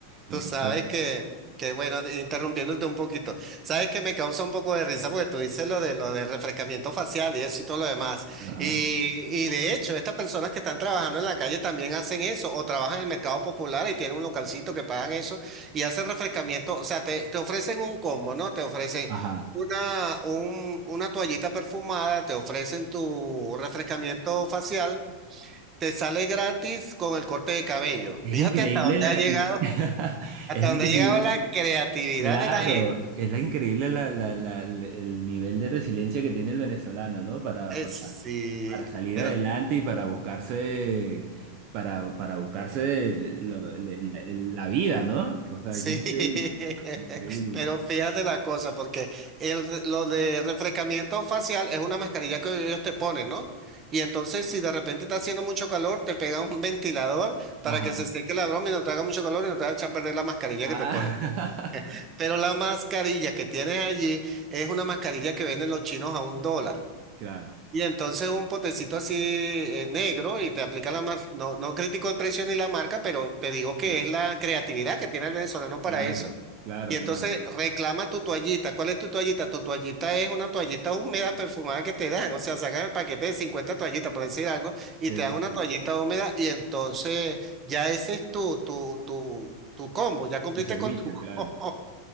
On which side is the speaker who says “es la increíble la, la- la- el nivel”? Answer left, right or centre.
Right